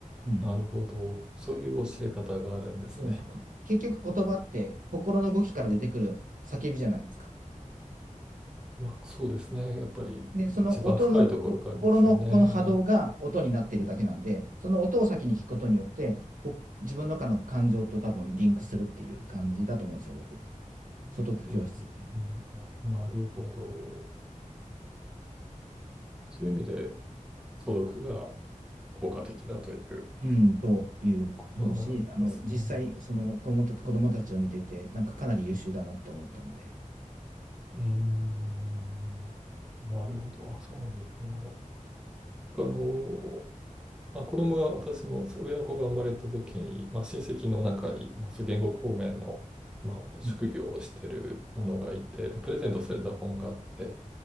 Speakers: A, on the right; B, in the centre.
A: うん。
B: なるほど。そういう教え方があるんですね。
A: そうです。こ結局言葉って心の動きから出てくる叫びじゃないですか。
B: まあそうですね。やっぱり一番深いところからですよね。
A: で、その音の心のこの波動が音になっているだけなんで、その音を先に聞くことによって、こ自分の中の感情と多分リンクするっていう感じだと思うんですよ、僕。素読教室って。
B: うん、うんうんななるほど。そういう意味で、素読が効果的だという。
A: うん、というふうし、
B: そうなんですね。
A: あの実際、その子供た子供たちを見てて、なんかかなり優秀だなって思ったので。
B: うーん。なるほど。あ、そうなんですね。あの、まあ、子供が、私の上の子が生まれた時に、まあ、親戚の中に、まあ、そう言語方面の、まあ、職業をしてるものがいて、
A: うん、
B: で、プレゼントされた本があって、
A: うん、